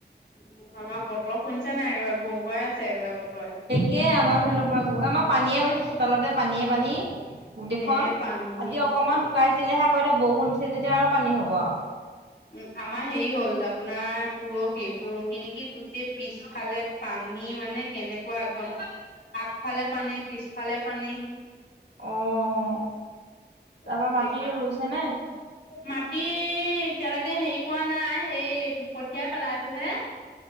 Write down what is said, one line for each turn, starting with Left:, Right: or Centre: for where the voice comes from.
Left: উম আমাৰ বতৰ শুনিছা নাই একেবাৰে ঘুৰঘুৰাই আছে একেবাৰে বতৰে।
Right: একে আমাৰ ফালৰৰ পৰা গো আমাৰ পানীয়ে বাইছে চোতালতে পানীয়ে পানী। গোটেইখন
Left: এ পানী
Right: আজি অকমান শুকাইছিলেহে আকৌ এতিয়া বৰষুণ দিছে যেতিয়া আৰু পানী হব আও।
Left: উম' আমাৰ হেৰি হ'ল দাপ- আপোনাৰ পুৰহি পুৰহি নেকি গোটেই পিছফালে পানী মানে কেনেকুৱা আগম- আগফালে পানী পিছফালে পানী।
Right: অঁ' তাপা
Left: গোটেইখন
Right: মাটি ৰুইছে নে?
Left: মাটি এতিয়ালেকে হেৰি কৰোৱা নাই সেই কঠিয়াই পেলাইছো হে।